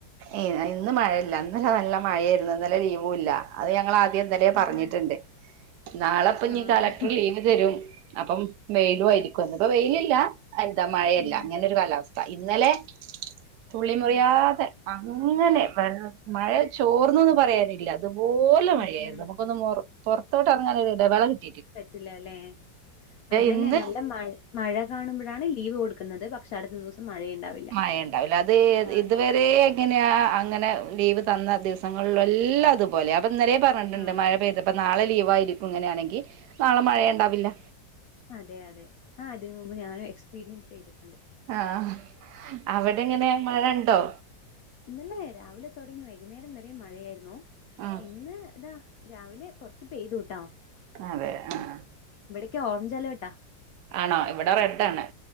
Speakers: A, on the right; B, on the left.
A: ഏയ് ഇന്ന് മഴല്ല. ഇന്നലെ നല്ല മഴേര്ന്നു. ഇന്നലെ ലീവൂല്ല. അത് ഞങ്ങൾ ആദ്യേ ഇന്നലെ
B: ആഹ്
A: പറഞ്ഞിട്ട്ണ്ട്
B: ആഹ്
A: നാളെപ്പഞ്ഞ്
B: ആഹ്
A: കലക്ടർ ലീവ് തരും. അപ്പം വെയിലു ആയിരിക്കും. ഇന്ന് ഇപ്പ വെയിലില്ല എന്താ മഴയല്ല
B: ഉം
A: അങ്ങനൊരു കാലാവസ് ഥ. ഇന്നലെ തുളി മുറിയാതെ
B: ആഹ്
A: അങ്ങനെ. വെൾ മഴ ചോർന്നൂന്ന് പറയാനില്ല അതുപോലെ
B: ഉം
A: മഴയായിരുന്നു
B: ഉം
A: നമുക്കൊന്ന് മുർ പുറത്തോട്ട് ന്തറങ്ങാനൊരിടവേള കി
B: പറ്റില്ല അല്ലേ അതന്നെ
A: ഇന്ന്
B: നല്ല മഴ മഴ കാണുമ്പഴാണ് ലീവ് കൊടുക്കുന്നത്. പക്ഷെ അടുത്ത ദിവസം മഴയുണ്ടാവില്ല.
A: മഴ ണ്ടാവില്ല. അത്
B: അതാണ്
A: ഇത് വ രേ എങ്ങനെയാ അങ്ങനെ ലീവ് തന്ന ദിവസങ്ങൾലെല്ലാം അതുപോലെ അപ്പൊ ഇന്നലേ പർ ഞ്ഞിട്ട്ണ്ട്.
B: ആഹ്
A: മഴ പെയ്തത്പ്പ നാളെ ലീവായിരിക്കും ഇങ്ങനെയാണെങ്കി നാളെ മഴയണ്ടാവില്ല.
B: അതെ അതെ ആഹ് ഇതിന് മുമ്പ് ഞാനും എക്സ്പീരിയൻസ് ചെയ്തിട്ട്ണ്ട്.
A: ആഹ് അവിടെങ്ങനെ മഴ ണ്ടോ?
B: ഇന്നലേ രാവിലെ തൊടങ്ങി വൈകുന്നേരം വരെ മഴയായിരുന്നു.
A: ആഹ്
B: ഇന്ന് ദാ രാവിലെ കൊർച്ച് പെയ്തൂട്ടോ
A: അതെ ആഹ്
B: ഇവടക്കെ ഓറഞ്ച് അലേർട്ടാ
A: ആണോ? ഇവിടെ റെഡാണ്.